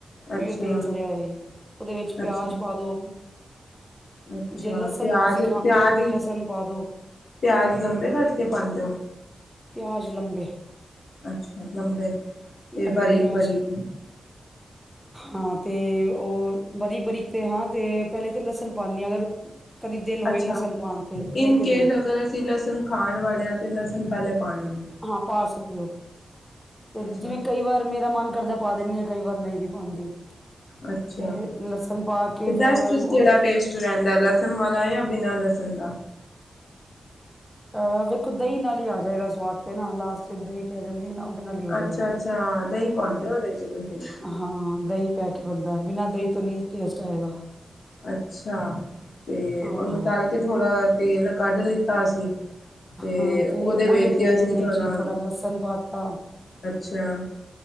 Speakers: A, on the left; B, in the centre.
A: ਅੱਛਾ
B: ਓਈਓ ਤੇਲ ਸੜਿਆ ਹੋਇਆ ਈ ਓਦੇ ਵਿੱਚ
A: ਅੱਛਾ
B: ਪਿਆਜ ਪਾ ਦੋ।
A: ਅੱਛਾ,
B: ਜੇ ਲਸਣ
A: ਪਿਆਜ
B: ਤੁਸੀਂ ਖਾਂਦੇ
A: ਪਿਆਜ
B: ਹੋ ਤੇ ਲਸਣ ਪਾ ਦੋ
A: ਪਿਆਜ ਲੰਬੇ ਕੱਟ ਕੇ ਪਾਂਦੇ ਓ।
B: ਪਿਆਜ ਲੰਬੇ
A: ਅੱਛਾ ਲੰਬੇ ਤੇ
B: ਲੰਬੇ
A: ਬਾਰੀਕ
B: ਪਿਆਜ
A: ਬਾਰੀਕ। <inaudible>
B: ਹਾਂ, ਤੇ ਓ ਬਰੀਕ ਬਰੀਕ ਤੇ ਹਾਂ ਤੇ ਪੈਲੇ ਤੇ ਲਸਣ ਪਾਣੀ ਆ ਅਗਰ। ਕਦੀ ਦਿਲ ਹੋਏ
A: ਅੱਛਾ,
B: ਲਸਣ ਪਾਣ ਤੇ ਨਹੀਂ
A: ਇਨ
B: ਤੇ ਨਹੀਂ
A: ਕੇਸ ਅਗਰ ਅਸੀਂ ਲਸਣ ਖਾਣ ਵਾਲਿਆਂ ਤੇ ਲਸਣ ਪੈਲੇ ਪਾਨੀ।
B: ਹਾਂ, ਪਾ ਸਕਦੇ ਓ ਤੇ
A: ਅੱਛਾ
B: ਜਿਵੇਂ ਕਈ ਕਈ ਵਾਰ ਮੇਰਾ ਮਨ ਕਰਦਾ ਪਾ ਦਿਨੀ ਆ ਕਈ ਵਾਰ ਨਹੀਂ ਵੀ ਪਾਉਂਦੀ।
A: ਅੱਛਾ
B: ਤੇ ਲਸਣ ਪਾ ਕੇ
A: ਤੇ ਬੈਸਟ
B: ਫੇਰ ਓਨੂੰ।
A: ਕਿਹੜਾ ਟੇਸਟ ਰਹਿੰਦਾ ਲਸਣ ਵਾਲਾ ਜਾਂ ਬਿਨਾਂ ਲਸਣ ਦਾ।
B: ਅਹ ਵੇਖੋ ਦਹੀਂ ਨਾਲ ਹੀ ਆ ਜਾਏਗਾ ਸਵਾਦ ਤੇ ਨਾ ਲਾਸਟ ਚ ਦਹੀਂ ਪੈ ਜਾਂਦੀ ਐ ਨਾ। ਨਾਲ ਹੀ ਹੋ ਜਾਏਗਾ।
A: ਅੱਛਾ ਅੱਛਾ, ਦਈ ਪਾਂਦੇ ਓਦੇ ਦੇ ਚ ਤੁਸੀਂ।
B: ਹਾਂ ਦਈ ਪੈ ਕੇ ਬਨਦਾ ਬਿਨਾਂ ਦਈ ਤੋਂ ਨੀ ਟੇਸਟ ਆਏਗਾ।
A: ਅੱਛਾ, ਤੇ
B: ਹਾਂ।
A: ਉਹਨੂੰ ਤਲ ਤੇ ਥੋੜਾ ਤੇਲ ਕੱਢ ਲਿੱਤਾ ਅਸੀਂ। ਤੇ
B: ਹਾਂ ਤੇ
A: ਓਦੇ
B: ਉਹੀਓ
A: ਵਿੱਚੀ
B: ਤੇਲ
A: ਅਸੀਂ ਥੋੜਾ
B: ਵਿਚ ਲਸਣ ਪਾਤਾ
A: ਅੱਛਾ।